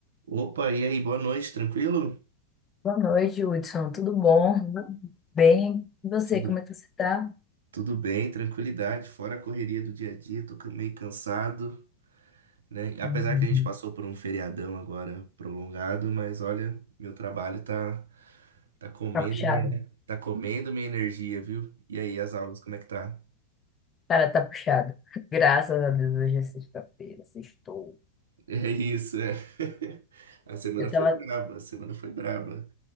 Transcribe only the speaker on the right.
Opa, e aí, boa noite, tranquilo?
Tudo,
tudo bem, tranquilidade, fora a correria do dia a dia, tô ca- meio cansado, né? Apesar
que a gente passou por um feriadão agora prolongado, mas olha, meu trabalho tá, tá comendo
minha, tá comendo minha energia, viu? E aí, as aulas, como é que tá?
<laughs> É isso, é. <laughs> A semana
foi
braba, a semana foi braba.